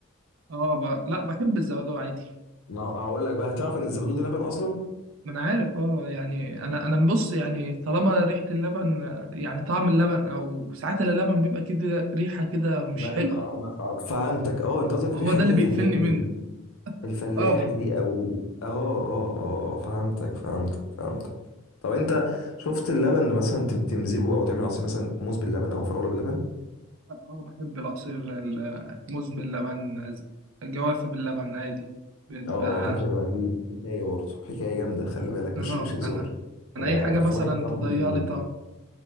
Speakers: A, on the right (about 65°); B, on the left (about 80°).
A: اه ب... لا بحب الزبادي عادي
B: ما هو- هقول لك بقى تعرف ان الزبادو ده لبن اصلا
A: ما انا عارف اه يعني انا انا بص يعني طالما ريحة اللبن يعني طعم اللبن او ساعات اللبن بيبقى كده ريحة كده مش
B: ما,
A: حلوة
B: آه، ما آه، فهمتك اه انت قصدك
A: هو
B: الريحه
A: ده
B: اللي
A: اللي
B: هي الفلاحي
A: بيقفلني منه
B: دي الفلاحي
A: اه
B: دي او ال- اه اه اه آه، فهمتك فهمتك فهمتك طب انت شفت اللبن اللي مثلا تم- تمزجه او تعمل عصير مثلا موز باللبن او فراوله باللبن
A: اه بحب العصير الموز باللبن جوافة باللبن عادي بيبقى
B: اه جوه باللبن دي حكايه برضه حكايه جامده خلي بالك
A: اه
B: مش مش هزار
A: انا انا
B: انا
A: اي حاجة
B: في
A: مثلا
B: واحد صاحبي
A: تضيع لي طعم